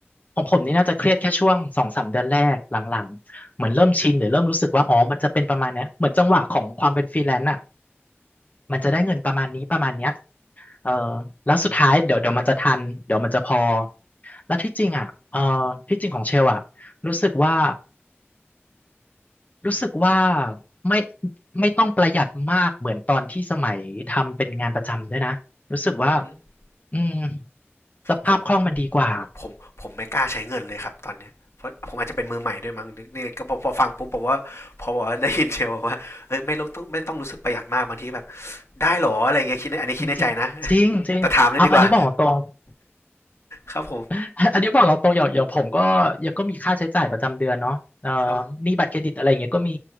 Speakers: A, on the left; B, on the left.
A: ของผมนี่น่าจะเครียดแค่ช่วงสองสามเดือนแรกหลังๆเหมือนเริ่มชินหรือเริ่มรู้สึกว่าอ๋อมันจะเป็นประมาณเนี้ยเหมือนจังหวะของความเป็นฟรีแลนซ์อ่ะมันจะได้เงินประมาณนี้ประมาณเนี้ยเออแล้วสุดท้ายเดี๋ยวเดี๋ยวมันจะทันเดี๋ยวมันจะพอแล้วที่จริงอ่ะเออที่จริงของเชลอ่ะรู้สึกว่า รู้สึกว่าไม่ไม่ต้องประหยัดมากเหมือนตอนที่สมัยทำเป็นงานประจำด้วยนะรู้สึกว่า
B: อืม
A: อืมสภาพคล่องมันดีกว่า
B: ผม ผมผมไม่กล้าใช้เงินเลยครับตอนเนี้ยเพราะผมอาจจะเป็นมือใหม่ด้วยมั้งนกี่ก็พอฟังปุ๊บบอกว่าพอบอกว่าได้ยินเชลว่าเอ้ยไม่ต้องไม่ต้องรู้สึกประหยัดมากบางทีแบบได้หรออะไรเงี้ยคิดในอันนี้คิดในใจนะ
A: จริงจริงจริงจริงเอาอันนี้บอกตรง
B: แต่ถามเลยดีกว่าครับผม
A: <laughs> อันนี้บอกเราตรงอย่างอย่างผมก็ยังก็มีค่าใช้จ่ายประจำเดือนเนาะเอ่อ
B: ครับ
A: หนี้บัตรเครดิตอะไรเงี้ยก็มี